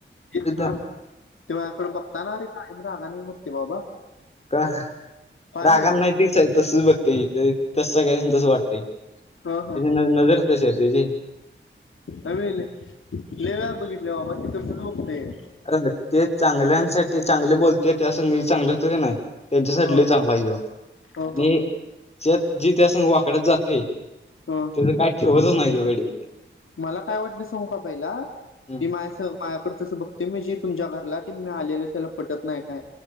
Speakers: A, on the left; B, on the left.
A: अजित
B: तेव्हाकडे
A: दा
B: बघतानाे काम रागानेच बगते बाबा.
A: का
B: काय
A: रागां
B: माहित
A: नाही त तसच बघते तस स काय तस वाटतंय. तची
B: ह ह
A: न नजरच शर तचीी
B: आ मिले नवळा बघितल्या बाबा तिथसच बघतय
A: अ ते चांगल्यांसाठी चांगले बोलते त्या संगी चांगले होते का नाही त्यांच्यासाठी
B: ह
A: ल चांग पाहिजे आणि
B: ह ह
A: त्या जी त्या संघ वाकड्यात जाते
B: ह
A: त्याचं काय ठेवतच नाही तिकडे
B: मला काय वाटलं संकाबाईला
A: हम्म
B: बी मा अस माझ्याकडे तसं बघतय मी जी तुमच्या घरला त मी आलेलं त्याला पटत नाही काय.